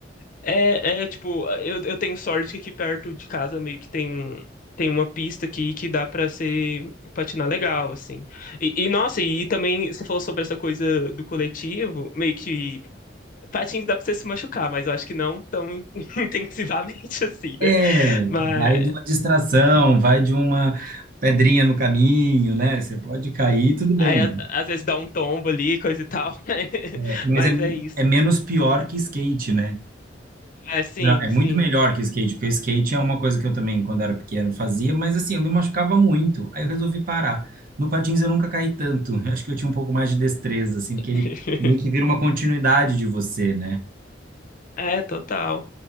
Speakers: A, on the left; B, on the right.
A: É, é tipo, eu, eu tenho sorte que aqui perto de casa meio que tem, tem uma pista aqui que dá pra ser patinar legal, assim. E, e, nossa, e também você falou sobre essa coisa do coletivo, meio que patins dá pra você se machucar, mas eu acho que não tão in- <laughs> intensivamente assim, né?
B: É,
A: Mas
B: vai de uma distração, vai de uma pedrinha no caminho, né? Você pode cair, tudo bem.
A: aí, a- às vezes dá um tombo ali, coisa e tal. <laughs>
B: É, mas
A: Mas
B: é,
A: é isso.
B: é menos pior que skate, né?
A: É, sim,
B: Pra- É muito
A: sim.
B: melhor que skate, porque skate é uma coisa que eu também, quando era pequeno, fazia, mas assim, eu me machucava muito. Aí eu resolvi parar. No patins eu nunca caí tanto. <laughs> Eu acho que eu tinha um pouco mais de destreza, assim,
A: <laughs>
B: porque ele meio que vira uma continuidade de você, né?
A: É, total.